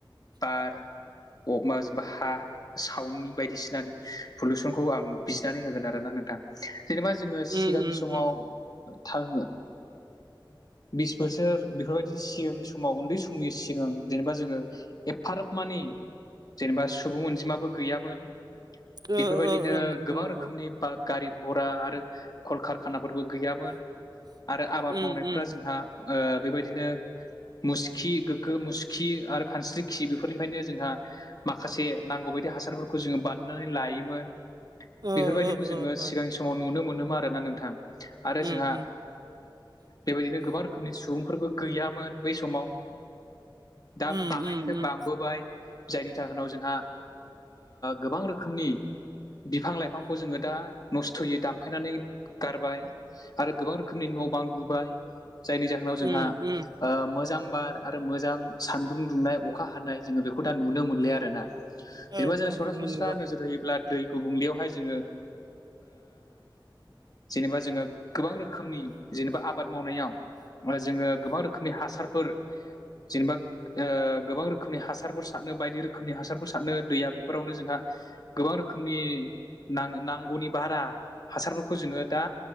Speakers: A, on the left; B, on the right.
A: बार अक माजबाहा साउन्डनि बायदिसिनानि पलुसनखौ आं बिजनानै होगोन आरो ना नोंथां? जेनेबा जोङो सिगांनि
B: उम उम
A: समाव
B: उम
A: थां बिस बोसोर बेफोरबायदि सिगांनि समाव उन्दै समनि सिगां जेनेबा जोङो एफाराब मानि जेनेबा सुबुं अनजिमाबो गैयामोन।
B: ओ
A: बेफोरबायदिनो
B: ओ ओ नंगौ
A: गोबां
B: नंगौ
A: रोखोमनि बा गारि घरा आरो कलकारखानाफोरबो गैयामोन। आरो आबाद
B: उम
A: मावनायफोरा
B: उम
A: जोंहा बेबायदिनो। मुसखि गोग्गो मुसुखि आरो खानस्रिखि बेफोरनिफ्रायनो जोंहा माखासे नांगौ बायदि हासारफोरखौ जोङो बानायनानै लायोमोन
B: ओ
A: बेफोरबायदिखौ जोङो
B: ओ ओ
A: सिगांनि सम समाव नुनो मोनोमा आरोना नोंथां आरो
B: उम
A: जोंहा
B: उम
A: बेबायदिनो गोबां रोम रोखोमनि सुबुंफोरबो गैयामोन बै समाव दा
B: उम
A: बाङनिफ्राय
B: उम
A: ब थांबोबाय जायनि जाहोनाव जोंहा गोबां रोखोमनि बिफां लाइफांखौ जोङो दा नस्थ'यै दामफायनानै गारबाय। आरो गोबां रोखोमनि न' बां लुबाय जायनि जाहोनाव जोंहा
B: उम उम
A: मोजां बार आरो मोजां सानदुं दुंनाय अखा हानाय जोङो बेखौ नुनो मोन आरोना जेनेबा
B: ओ ओ
A: जों सरासनस्रा
B: नंगौ नंगौ
A: होयोब्ला दै गुबुंलयावहाय जोङो जेनेबा जोङो गोबां रोखोमनि जेनेबा आबाद मावनायाव जोङो गोबां रोखोमनि हासारफोर। जेनबा गोबां रोखोमनि हासारफोर सारनो बायदि रोखोमनि हासारफोर सारनो दैया बेफोरावनो जोंहा गोबां रोखोमनि न नांगौनि बारा हासारफोरखौ जोङो दा